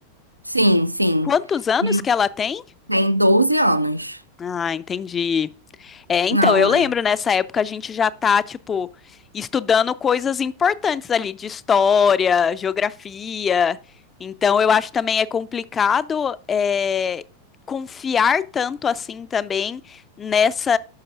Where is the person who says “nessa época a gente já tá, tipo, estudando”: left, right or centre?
Left